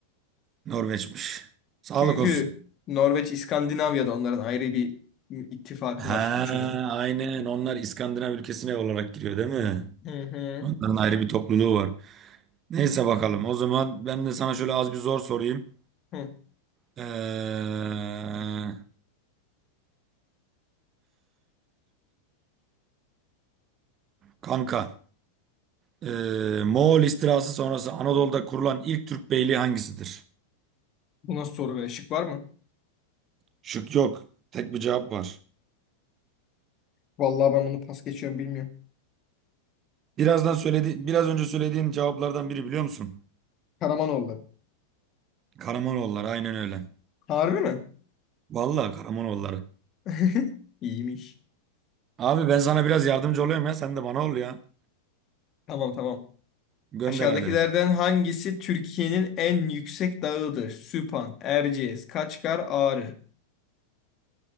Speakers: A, on the right; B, on the left.
A: Norveç'miş. Sağlık
B: Çünkü
A: olsun.
B: Norveç İskandinavya'da onların ayrı bir ittifakı
A: Ha,
B: var üçünün.
A: aynen. Onlar İskandinav ülkesine olarak giriyor değil mi?
B: Hı hı.
A: Onların ayrı bir topluluğu var. Neyse bakalım. O zaman ben de sana şöyle az bir zor sorayım.
B: Hı.
A: Ee, kanka, ee, Moğol istilası sonrası Anadolu'da kurulan ilk Türk beyliği hangisidir?
B: Bu nasıl soru be? Şık var mı?
A: Şık yok. Tek bir cevap var.
B: Vallahi ben bunu pas geçiyorum bilmiyorum.
A: Birazdan söyledi, biraz önce söylediğin cevaplardan biri biliyor musun?
B: Karamanoğulları.
A: Karamanoğulları aynen öyle.
B: Harbi mi?
A: Vallahi Karamanoğulları.
B: <laughs> İyiymiş.
A: Abi ben sana biraz yardımcı oluyorum ya sen de bana ol ya.
B: Tamam tamam.
A: Gönder
B: Aşağıdakilerden
A: hadi.
B: hangisi Türkiye'nin en yüksek dağıdır? Süphan, Erciyes, Kaçkar, Ağrı.